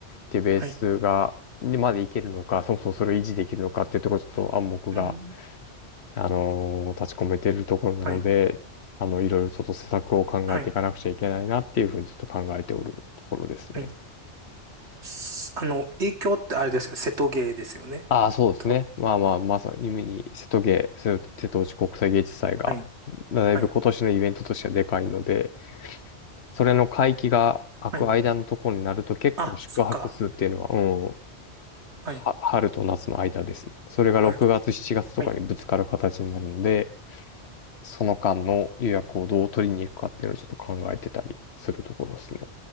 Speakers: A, on the left; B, on the right.
A: ていうベースが、
B: はい、
A: にまでいけるのか、そもそもそれを維持できるのかっていうところちょっと暗黙が
B: うん、
A: あのー立ち込めてるところなので、
B: はい、
A: あの、いろいろちょっと施策を考えていかなくちゃいけないなっていうふうにちょっと考えておるところですね。
B: はい、はい。すあの、影響ってあれですね。瀬戸芸ですよね。
A: ああ、そうですね。
B: 多分。
A: まあまあ、まさに夢に瀬戸芸、瀬瀬戸内国際芸術祭が、
B: はい、
A: だいぶ今年のイベントとしてはでかいので、
B: はい、
A: それの会期が空く間のところになると結構宿泊数っていうのは、
B: はい。あ、そっか。
A: うん、
B: はい、
A: は春と夏の間ですね。それが6月、
B: あると思う。
A: 7月とかにぶつかる形になるので、
B: はい。
A: その間の予約をどう取りに行くかっていうのをちょっと考えてたりするところですね。